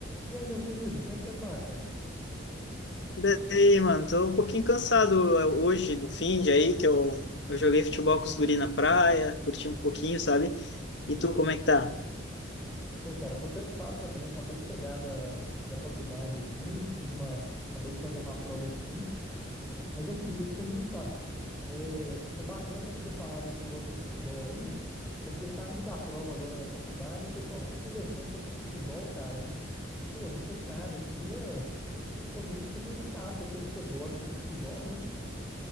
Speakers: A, in the centre; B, on the left.
A: E aí, meu querido, como é que você tá, cara?
B: Daí, mano, tô um pouquinho cansado eh, hoje do fim de aí, que eu, eu joguei futebol com os guri na praia, curti um pouquinho, sabe? E tu, como é que tá?
A: Pô, cara, tô cansado também. Acabei de chegar da, da faculdade aqui, fiz uma. Acabei de fazer uma prova difícil. Mas aqui, deixa eu te perguntar. é, foi bacana você ter falado esse negócio do futebol aí, porque saindo da prova agora da faculdade, o pessoal ficou conversando sobre futebol, cara, e, pô, não sei nada. Eu queria. Pô, eu queria que você me ajudasse. Eu sei que você gosta de futebol, né?